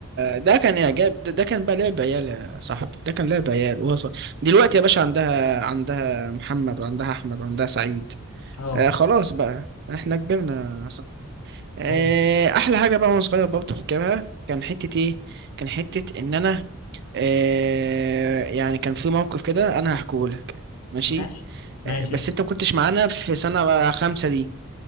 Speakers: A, on the right (about 50°); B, on the left (about 80°).
A: ده كان اعجاب ده, ده كان بقى لعب عيال يا صاحبي ده كان لعب عيال وهو صغير دلوقتي يا باشا عندها عندها محمد وعندها احمد وعندها سعيد
B: اه
A: آه خلاص بقى احنا كبرنا يا صاحبي. آه
B: ايوه
A: احلى حاجه بقى وانا صغير برضه فاكرها كان حته ايه كان حته ان انا آه يعني كان في موقف كده انا هحكيه لك ماشي
B: ماشي ماشي
A: آه بس انت ما كنتش معانا في سنه خمسه دي